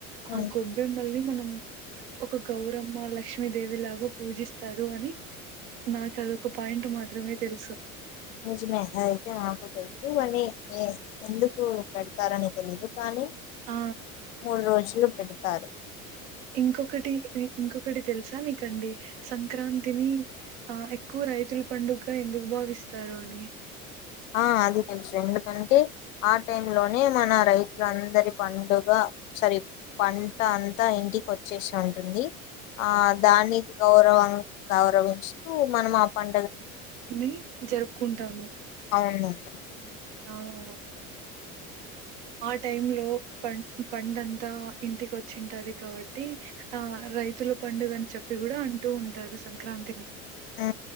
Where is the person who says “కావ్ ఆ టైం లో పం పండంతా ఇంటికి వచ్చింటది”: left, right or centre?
Right